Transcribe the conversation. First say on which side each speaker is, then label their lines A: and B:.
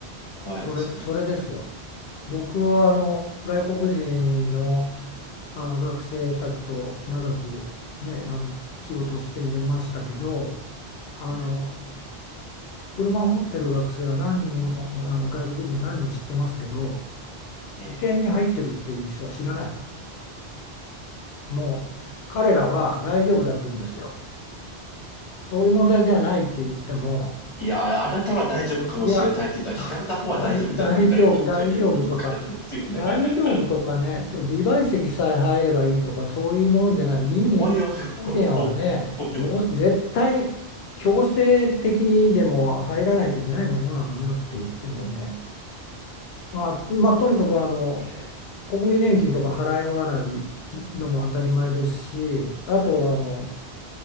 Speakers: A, on the left (about 30°); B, on the left (about 70°).
A: 怖いですね。
B: それ、それですよ。僕はあの外国人の、
A: ええ
B: あの学生たちと長く、ね、あの仕事をしてましたけど
A: はい。
B: あの車を持ってる学生は何人もあの外国人は何人も知ってますけど
A: ええ
B: 保険に入ってるっていう人は知らないもう彼らは大丈夫だって言うんですよそういう問題ではないって言っても
A: いや、あなたは大丈夫かもしれないけど、
B: いや、
A: 引かれた方は大丈夫じゃないんだよって
B: <laughs> 大、大丈夫、大丈夫とか、
A: <laughs> いう感じですよね。
B: 大丈夫とかね、
A: <laughs>
B: そう、自賠責さえ入ればいいとか、そういうものじゃない、任意保険はね、
A: おいおいおいおいおいおい。
B: どうせ絶対強制的にでも入らないといけないものなのよって言ってもね、まあ、まあ、とにかくあの
A: ええ
B: 国民年金とか払わないのも当たり前ですし、あとあの、